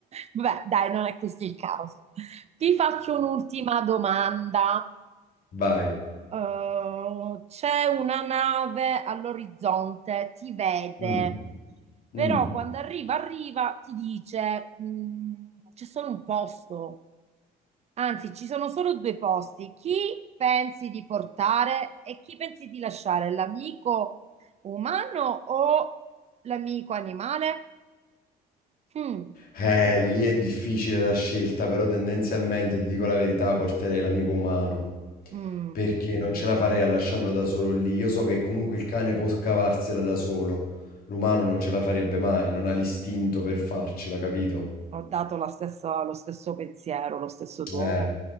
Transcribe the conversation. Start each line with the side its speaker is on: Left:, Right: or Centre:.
Right: Vabbè, dai, non è questo il caso. Ti faccio un'ultima domanda.
Left: Vai.
Right: Eh, c'è una nave all'orizzonte, ti vede,
Left: Mh.
Right: però
Left: Mh.
Right: quando arriva, arriva, ti dice, "Mm, c'è solo un posto, anzi, ci sono solo due posti. Chi pensi di portare e chi pensi di lasciare? L'amico umano o l'amico animale? Mm.
Left: Eh, lì è difficile la scelta, però tendenzialmente, ti dico la verità, porterei l'amico umano,
Right: Mm,
Left: perché non ce la farei a lasciarlo da solo lì. Io so che comunque il cane può scavarsela da solo, l'umano non ce la farebbe mai, non ha l'istinto per farcela, capito?
Right: ho dato la stessa- lo stesso pensiero, lo stesso tuo.
Left: Eh.